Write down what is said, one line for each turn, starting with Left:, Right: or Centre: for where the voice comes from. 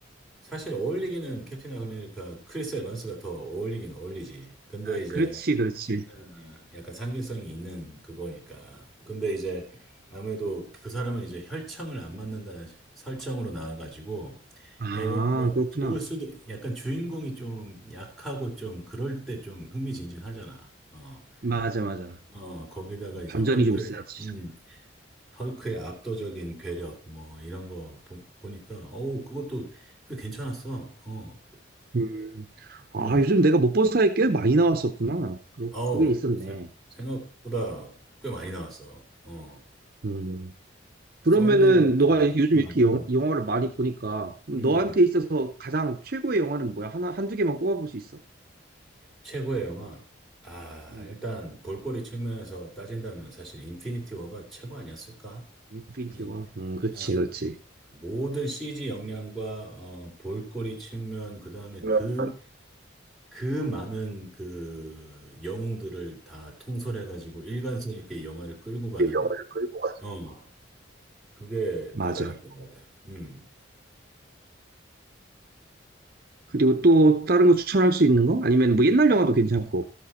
Centre: 사실 어울리기는 캡틴 아메리카 크리스 에반스가 더 어울리긴 어울리지. 근데
Right: 아,
Centre: 이제
Right: 그렇지, 그렇지.
Centre: 음, 약간 상징성이 있는 그거니까. 근데 이제 아무래도 그 사람은 이제 혈청을 안 맞는다는 설정으로 나와가지고,
Right: 아,
Centre: 야, 이거 뭐
Right: 그렇구나.
Centre: 죽을 수도, 약간 주인공이 좀 약하고 좀 그럴 때 좀 흥미진진하잖아. 어,
Right: 맞아, 맞아.
Centre: 어, 거기다가 이제
Right: 반전이
Centre: 헐크,
Right: 좀 있어야지
Centre: 음, 헐크의 압도적인 괴력, 뭐 이런 거 보, 보니까, 어우, 그것도 꽤 괜찮았어. 어,
Right: 음. 아,
Centre: 음,
Right: 요즘 내가 못 본 사이에 꽤 많이 나왔었구나. 그러-
Centre: 어우,
Right: 그게 있었네.
Centre: 생- 생각보다 꽤 많이 나왔어. 어.
Right: 음. 그러면은
Centre: 썬더볼트.
Right: 너가 요즘
Centre: 음,
Right: 이렇게 영,
Centre: 음.
Right: 영화를 많이 보니까 너한테
Centre: 음,
Right: 있어서 가장 최고의 영화는 뭐야? 하나, 한두 개만 꼽아볼 수 있어?
Centre: 최고의 영화. 아,
Right: 음.
Centre: 일단 볼거리 측면에서 따진다면 사실 인피니티 워가 최고 아니었을까?
Right: 인피니티
Centre: 음,
Right: 워. 음, 그렇지,
Centre: 어,
Right: 그렇지.
Centre: 모든 CG 역량과 어, 볼거리 측면, 그다음에
Right: 그러면
Centre: 그, 그 많은 그 영웅들을 다 통솔해가지고 일관성 있게 영화를 끌고 가는,
Right: 그 영화를 끌고 가.
Centre: 어, 그게
Right: 맞아.
Centre: 대단하게 뭐. 음,
Right: 그리고 또 다른 거 추천할 수 있는 거? 아니면 뭐 옛날 영화도 괜찮고.